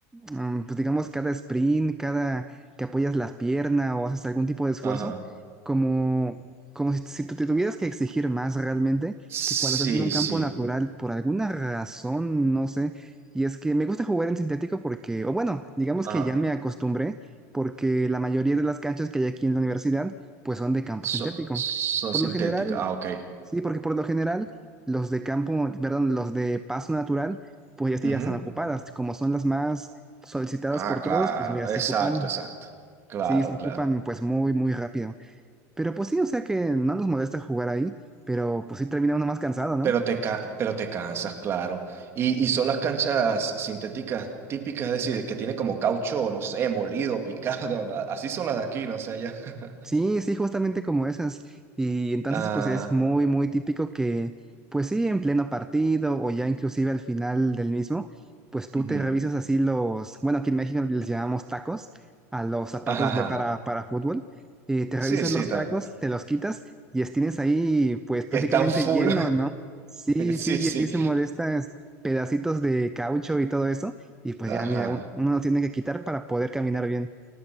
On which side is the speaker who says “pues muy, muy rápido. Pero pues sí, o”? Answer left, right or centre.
Centre